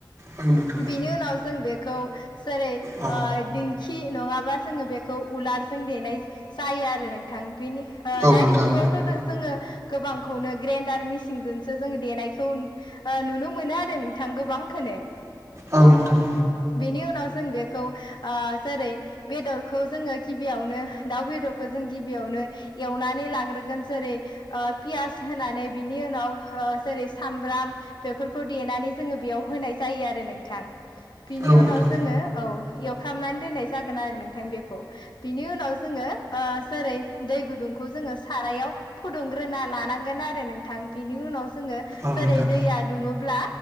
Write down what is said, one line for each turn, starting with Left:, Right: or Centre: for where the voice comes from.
Right: औ नोंथां
Left: बिनि उनाव जों बेखौ जेरै
Right: औ
Left: ओ दिंखि नङाबा जोङो बेखौ। उलारजों देनाय जायो आरो नोंथां बिनि
Right: औ
Left: दानि
Right: नोंथां
Left: जुगावथ' जोङो। गोबांखौनो ग्रेन्डार मिसिनजोंसो जों देनायखौ ओ नुनो मोनो आरो नों थां गोबां खोनो।
Right: औ नोंथां।
Left: बेनि उनाव जों बेखौ ओ जेरै बेदरखौ जोङो गिबियावनो दाव बेदरखौ जों। गिबियावनो एवनानै लाग्रोगोन जेरै ओ पियास होनानै बिनि उनाव हो। जेरै सामब्राम बेफोरखौ देनानै। जोङो बेयाव होनाय जायो आरो नोंथां बिनि
Right: औ नोंथां
Left: उनाव जोङो औ एवफ्रामनानै दोननाय जागोन। आरो नोंथां बेखौ बिनि उनाव जोङो ओ जेरै दै गुदुंखौ जोङो सारायाव। फुदुंग्रोना लानांगोन आरो नोंथां बिनि उनाव जोङो
Right: औ
Left: जेरै
Right: नोंथां
Left: दैया दुङोब्ला।